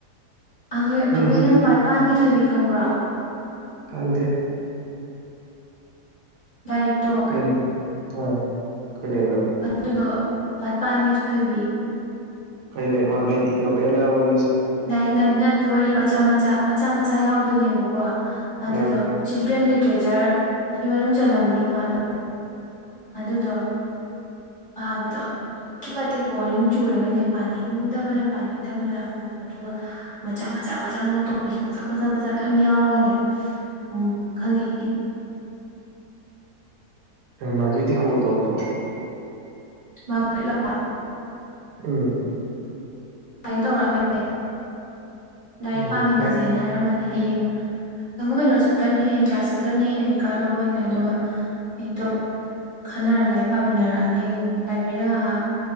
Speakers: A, on the left (about 30°); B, on the right (about 75°).
A: ꯑꯩꯈꯣꯏ
B: ꯅꯪꯒꯤ
A: ꯑꯩꯈꯣꯏ
B: ꯁꯤꯒꯤ
A: ꯅꯪ ꯄꯥꯠꯄꯥꯟꯒꯤ ꯊꯣꯏꯕꯤ ꯈꯪꯕ꯭ꯔꯣ
B: ꯈꯪꯗꯦ
A: ꯗꯥꯏꯔꯦꯛꯇꯣ
B: ꯀꯩꯅꯣ ꯑꯥ ꯀꯩ ꯂꯥꯏꯔꯤꯛꯅꯣ
A: ꯑꯗꯨꯗꯣ ꯄꯥꯠꯄꯥꯟꯒꯤ ꯊꯣꯏꯕꯤ
B: ꯀꯩ ꯂꯩꯔꯤꯛꯗꯤ ꯅꯣꯕꯦꯂ ꯑꯣꯏ
A: ꯂꯥꯏꯔꯤꯛ ꯋꯥꯔꯤ ꯃꯆꯥ ꯃꯆꯥ ꯃꯆꯥ ꯃꯆꯥ ꯌꯥꯎꯗꯣꯏꯅꯦꯕꯀꯣ ꯑꯗꯨꯗꯣ
B: ꯎꯝ
A: ꯆꯤꯜꯗ꯭ꯔꯦꯟ ꯂꯤꯇꯔꯦꯆꯔꯒꯤ ꯃꯅꯨꯡ ꯆꯜꯂꯤꯜꯂꯝꯅꯦꯕ ꯃꯥꯗꯣ ꯑꯗꯨꯗꯣ ꯄꯥꯕꯗꯣ ꯑꯗꯨꯛꯀꯤ ꯃꯇꯤꯛ ꯕꯣꯔꯤꯡ ꯆꯨꯔꯒꯅꯦ ꯄꯥꯅꯤꯡꯗꯕꯅ ꯄꯥꯅꯤꯡꯗꯕꯅ ꯑꯗꯨꯒ ꯃꯆꯥ ꯃꯆꯥ ꯃꯆꯥ ꯃꯆꯥ ꯇꯣꯄꯤꯛꯁꯦ ꯃꯆꯥ ꯃꯆꯥ ꯃꯆꯥ ꯃꯌꯥꯝ ꯌꯥꯎꯔꯒꯅꯦ ꯎꯝ ꯈꯪꯉꯦ
B: ꯃꯥꯒꯤꯗꯤ ꯀꯣꯔꯣꯗ ꯄ꯭ꯔꯣ
A: ꯃꯥꯂ
B: ꯎꯝ
A: ꯀꯗ ꯇꯧꯔꯛꯑꯝꯃꯦ ꯂꯥꯏꯔꯤꯛ
B: ꯎꯝ
A: ꯄꯥꯝꯃꯤꯟꯅꯁꯦꯅ
B: ꯅꯍꯥꯟ
A: ꯍꯥꯏꯔꯝꯕꯅꯦ ꯍꯌꯦꯡꯪ ꯀꯩꯅꯣ ꯆꯠ ꯆꯠꯀꯅꯤ ꯍꯌꯦꯡ ꯀ꯭ꯂꯥꯁ ꯆꯠꯀꯅꯤ ꯑꯦꯦꯝꯃꯤ ꯀꯥꯔꯠ ꯂꯧꯕ ꯑꯣꯏꯅ ꯑꯗꯨꯒ ꯍꯡꯗꯣ ꯈꯟꯅꯔ ꯂꯥꯏ ꯄꯥꯃꯤꯟꯅꯔꯛꯑꯅꯤ ꯂꯥꯏꯕ꯭ꯔꯦꯔꯤꯗ ꯉꯥꯏꯍꯥꯛ